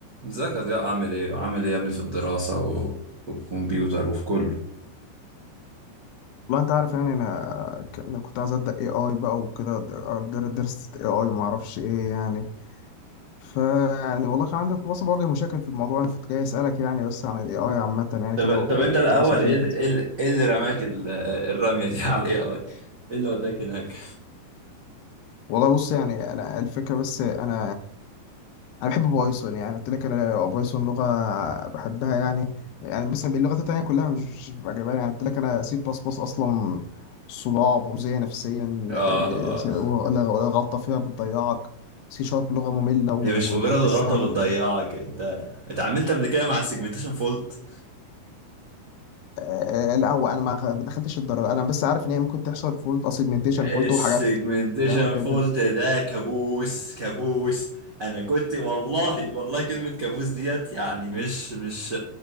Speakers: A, on the right; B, on the left.
A: ازيك يا ضياء عامل ايه عامل ايه يا ابني في الدراسة و... والكمبيوتر وفي كله
B: والله انت عارف يعني انا ك- أنا كنت عايز ابدا اي اي بقى وكده در- درست اي اي ما اعرفش ايه يعني ف يعني والله كان عندي كنت بس بواجه مشاكل في الموضوع انا كنت جاي اسالك يعني بس عن الاي اي عامه يعني
A: طب
B: كده والدراسه
A: طب انت الاول
B: فيه
A: ايه
B: وكده
A: ال- ايه ال- ايه اللي رماك ال- الرميه دي على الاي اي ايه اللي وداك هناك
B: والله بص يعني انا الفكره بس انا انا بحب بايثون يعني قلت لك انا بايثون لغه بحبها يعني يعني مثلا اللغات التانيه كلها مش مش عجباني يعني قلت لك انا سي بلس بلس اصلا صداع مؤذيه نفسيا ل-
A: اه آه.
B: س- ولا- ولا غلطه فيها بتضيعك سي شارب لغه ممله وبتحسها
A: هي مش مجرد غلطة
B: م-
A: بتضيعك انت اتعاملت قبل كده مع السيجمنتيشن فولت
B: آه، لا هو انا ما خ- ما دخلتش الدرجه انا بس عارف ان هي ممكن تحصل فولت اسيجمنتيشن فولت
A: السيجمنتيشن
B: وحاجات يعني كده
A: فولت ده كابوس كابوس انا كنت والله والله كلمة كابوس ديت يعني مش مش